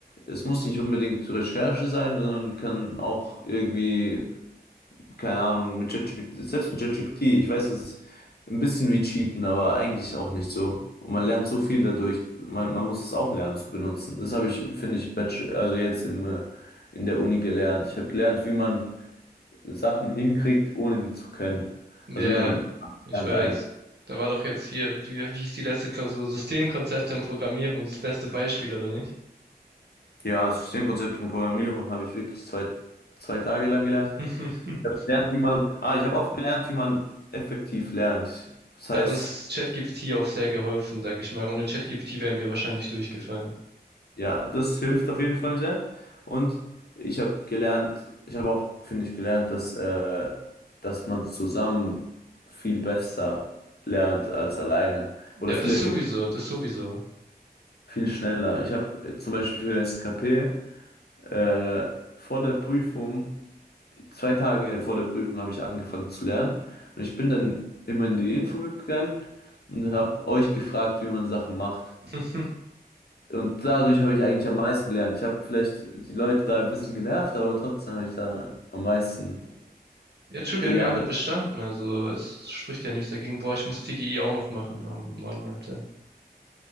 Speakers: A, on the left; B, on the right.
A: Es muss nicht unbedingt Recherche sein, sondern kann auch irgendwie keine Ahnung, mit ChatGPT, selbst mit ChatGPT, ich weiß, es ist ein bisschen wie Cheaten, aber eigentlich auch nicht so. Und man lernt so viel dadurch, man, man muss es auch lernen zu benutzen. Das habe ich, finde ich, im Bachelor, also jetzt im, äh, in der Uni gelernt. Ich habe gelernt, wie man Sachen hinkriegt, ohne die zu können.
B: Ja,
A: Also
B: yeah,
A: wie man
B: ich
A: lernt
B: weiß.
A: eigentlich.
B: Da war doch jetzt hier, wie, wie hieß die letzte Klausur? Systemkonzepte und Programmierung, das beste Beispiel, oder nicht?
A: Ja, das Systemkonzept und Programmierung habe ich wirklich zwei, zwei Tage lang gelernt.
B: <laughs>
A: Ich habe gelernt, wie man, ah, ich habe auch gelernt, wie man effektiv lernt. Das heißt,
B: Da hat uns ChatGPT auch sehr geholfen, sag ich mal. Ohne ChatGPT wären wir wahrscheinlich durchgefallen.
A: Ja, das hilft auf jeden Fall sehr. Und ich habe gelernt, ich habe auch, finde ich, gelernt, dass, äh, dass man zusammen viel besser lernt als alleine
B: Ja,
A: oder viel
B: das
A: effektiver,
B: sowieso, das sowieso.
A: viel schneller. Ich habe zum Beispiel für SKP äh, vor der Prüfung, zwei Tage vor der Prüfung habe ich angefangen zu lernen und ich bin dann immer in die Info gegangen und habe euch gefragt, wie man Sachen macht.
B: <laughs>
A: Und dadurch habe ich eigentlich am meisten gelernt. Ich habe vielleicht die Leute da ein bisschen genervt, aber trotzdem habe ich da am meisten
B: Ja, true, wir
A: gelernt.
B: haben ja alle bestanden, also es spricht ja nichts dagegen. Boah, ich muss TGI auch noch machen. Oh Mann, Alter.